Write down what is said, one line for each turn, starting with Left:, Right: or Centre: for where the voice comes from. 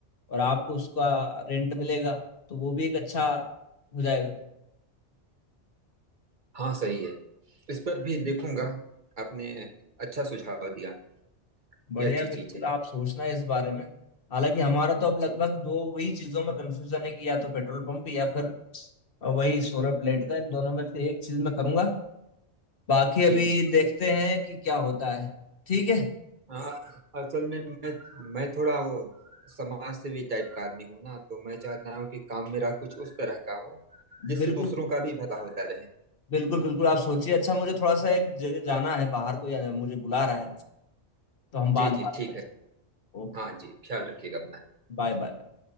Left: और आपको उसका रेंट मिलेगा तो वो भी एक अच्छा हो जाएगा
Right: हाँ सही है इस पर भी देखूंगा आपने अच्छा सुझाव दिया
Left: बढ़िया
Right: ये अच्छी
Left: बिल्कुल
Right: चीज है
Left: आप सोचना है इस बारे में हालांकि हमारा तो अब
Right: जी
Left: लगभग दो वही चीजों में कंफ्यूजन है कि या तो पेट्रोल पंप या फिर वही सोलर प्लेट का इन दोनों में से एक चीज मैं करूंगा बाकी
Right: जी
Left: अभी
Right: जी
Left: देखते हैं कि क्या होता है ठीक है
Right: हाँ असल में मैं मैं थोड़ा वो समाज सेवी टाइप का आदमी हूँ ना तो मैं चाहता हूँ कि काम मेरा कुछ उस तरह का हो जिससे
Left: बिल्कुल
Right: दूसरों का भी भला होता रहे
Left: बिल्कुल बिल्कुल आप सोचिए अच्छा मुझे थोड़ा सा एक ज- जाना है बाहर कोई आने- मुझे बुला रहा है तो हम बाद
Right: जी
Left: में
Right: जी
Left: बात
Right: ठीक
Left: करते
Right: है
Left: हैं ओके
Right: हाँ जी ख्याल रखिएगा अपना
Left: Bye bye bye.